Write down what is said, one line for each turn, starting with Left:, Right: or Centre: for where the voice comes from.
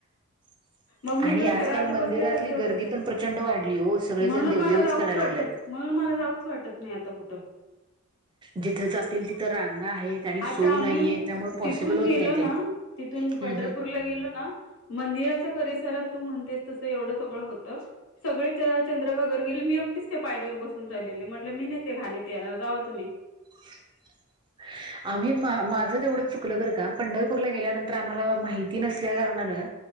Right: <inaudible>
Left: मग मी
Right: आणि
Left: जर
Right: आजकाल
Left: घरात
Right: मंदिरातली
Left: बसले तर तेवढं
Right: गर्दी
Left: होतंय
Right: पण प्रचंड वाढली हो सगळेजण
Left: म्हणून
Right: देवदेवच
Left: मला जाऊच
Right: करायला
Left: वाटत
Right: लागलेत.
Left: म्हणून मला जाऊच वाटत नाही आता कुठं
Right: जिथ जातील तिथ रांगा आहेत आणि
Left: आता
Right: सोय
Left: आम्ही
Right: नाहीये त्यामुळे पॉसिबल
Left: तिथून
Right: होत
Left: गेलो
Right: नाही ते.
Left: ना तिथून पंढरपूरला
Right: हम्म हम्म.
Left: गेलो ना मंदिराच्या परिसरात तू म्हन तस येवड सगळ होत. सगळे चंद्रभागेवर गेले मी एकटीच त्या पायरीवर बसून राहिलेले म्ह मी नाही त्या घाणीत येणार जावा तुम्ही.
Right: <unintelligible> आम्ही मा माझं तेवढंच चुकलं बरं का. पंढरपूरला गेल्यानंतर आम्हाला माहिती नसल्या कारणानं